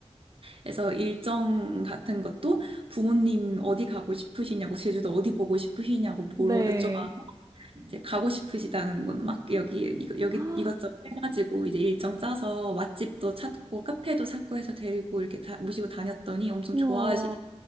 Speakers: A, on the right (about 55°); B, on the right (about 30°).
A: 그래서 일정 같은 것도 부모님 어디 가고 싶으시냐고 제주도 어디 보고 싶으시냐고
B: 네.
A: 물어 여쭤봐 이제 가고 싶으시다는 건 막 여기 이거- 여기
B: 아,
A: 이것저것 해가지고 이제 일정 짜서 맛집도 찾고 카페도 찾고 해서 데리고 이렇게 다, 모시고 다녔더니 엄청
B: 와,
A: 좋아하시긴